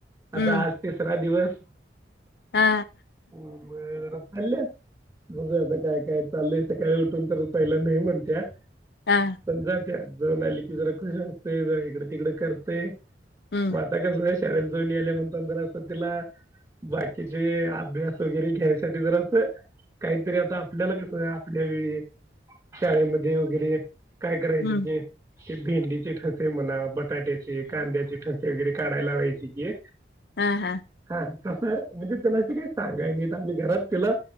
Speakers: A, on the right (about 15°); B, on the left (about 60°).
A: आता
B: हम्म
A: आज तिसरा दिवस
B: हा
A: म जरा आल्ल्या बघूया, आता काय काय चालय सकाळी उठून तर पहिलं नाही म्हणत्या.
B: हाआआ.
A: पण जातीया जाऊन आली की, जरा खुश असतय जरा इकडे तिकडे करते हा
B: हम्म
A: आता कसं शाळेत जाऊन यालीया म्हणताना जरा तीला बाकीचे अभ्यास वगैरे घ्यायसाठी जरा असं काहीतरी आता आपल्याला कस आपल्या वेळी शाळेमध्ये वगैरे, काय करायची
B: हम्म
A: ते ते भेंडीचे ठसे म्हणा बटाट्याचे कांद्याचे ठसे वगैरे काढायला व्हायचे की,
B: हा हा
A: हा तस म्हणजे त्याला अस काही सांगायचे आणि घरात तिला